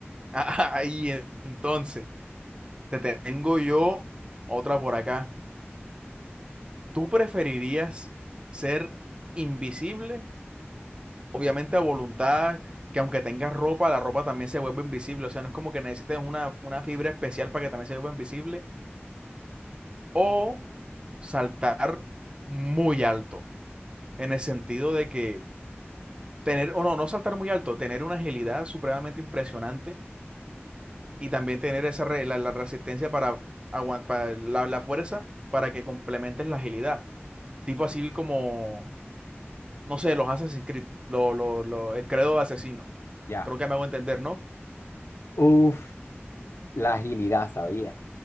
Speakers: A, on the right; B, on the left.
A: Ahí, en- entonces, te tengo yo otra por acá. ¿Tú preferirías ser invisible obviamente a voluntad, que aunque tengas ropa, la ropa también se vuelve invisible. O sea, no es como que necesites una, una fibra especial para que también se vuelva invisible. O saltar muy alto, en el sentido de que tener, o no, no saltar muy alto, tener una agilidad supremamente impresionante y también tener esa re- la, la resistencia para aguantar la, la fuerza para que complementes la agilidad. Tipo así como, no sé, los Assassin's Creed, lo, lo, lo, el credo de asesino.
B: Ya.
A: Creo que me hago entender, ¿no?
B: Uf, la agilidad, sabía.